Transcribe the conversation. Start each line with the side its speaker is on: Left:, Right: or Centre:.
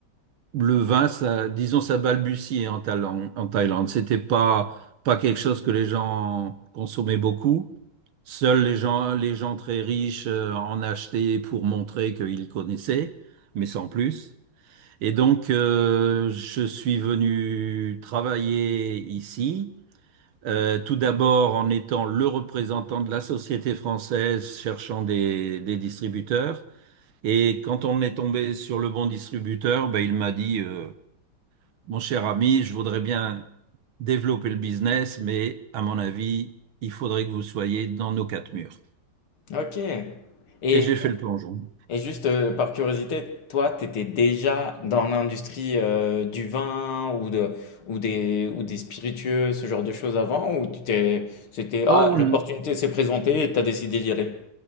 Right: le vin, ça, disons, ça balbutiait en Thaïlande. En Thaïlande, c'était pas pas quelque chose que les gens consommaient beaucoup. Seuls les gens les gens très riches euh, en achetaient pour montrer qu'ils connaissaient, mais sans plus. Et donc, euh, je suis venu travailler ici, euh, tout d'abord en étant le représentant de la société française cherchant des, des distributeurs. Et quand on est tombé sur le bon distributeur, ben, il m'a dit, euh, mon cher ami, je voudrais bien développer le business, mais à mon avis, il faudrait que vous soyez dans nos quatre murs.
Left: Ok. Et,
Right: Et j'ai fait le plongeon.
Left: Et juste euh, par curiosité, toi, tu étais déjà dans l'industrie euh, du vin ou de, ou des, ou des spiritueux, ce genre de choses avant, ou tu t'es, c'était, ah,
Right: Oh
Left: l'opportunité s'est présentée et tu as décidé d'y aller?